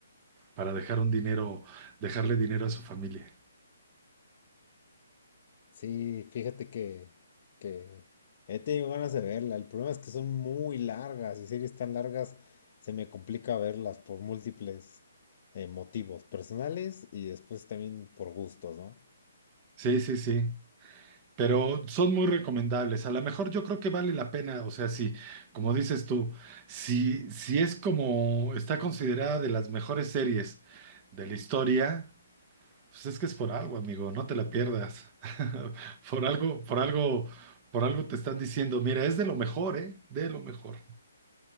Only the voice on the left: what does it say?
sí, fíjate que, que he tenido ganas de verla. El problema es que son muy largas y series tan largas se me complica verlas por múltiples eh, motivos personales y después también por gustos, ¿no?